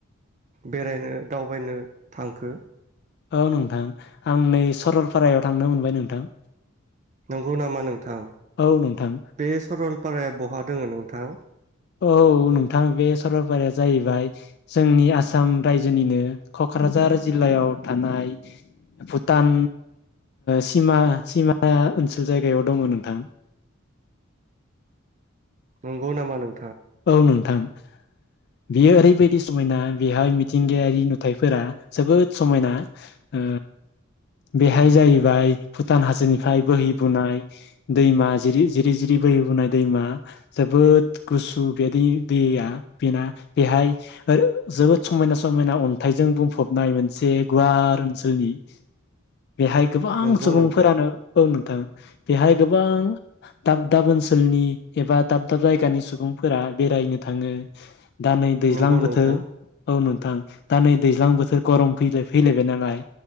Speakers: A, on the right; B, on the left.
A: बेरायनो दावबायनो थांखो
B: औ नोंथां आं नै सरलपारायाव थांनो मोनबाय नोंथां।
A: नंगौ नामा नोंथां
B: औ नोंथां
A: बे सरलपाराया बहा दोङो नोंथां
B: औ नोंथां बे सरलपाराया जाहैबाय जोंनि आसाम रायजोनिनो कक्राझार जिल्लायाव थानाय भुटान सिमा-सिमा ओनसोल जायगायाव दङ नोंथां।
A: नंगौ नामा नों
B: औ नोंथां। बेयो ओरैबायदि समायना बेहाय मिथिंगायारि नुथायाइफोरा जोबोद समायना ओ बेहाय जाहैबाय भुटान हाजोनिफ्राय बोहैबोनाय दैमा जिरि-जिरि-जिरि बोहैबोनाय दैमा जोबोद गु सु बे दै दैया बेना बेहाय जोबोद समायना-समायना अन्थाइजों बुंफबनाय मोनसे गुवार ओनसोलनि बेहाय गोबां
A: नंगौ
B: सुबुंफोरानो
A: नोंथां
B: औ नोंथां। बेहाय गोबां दाब-दाब ओनसोलनि एबा दाब-दाब जायगानि सुबुं फोरा बेरायनो थाङो। दा नै दैज्लां
A: नंगौ नोंथां
B: बोथोर औ नों थां दा नै दैज्लां बोथोर गरम फै-फैलायबाय नालाय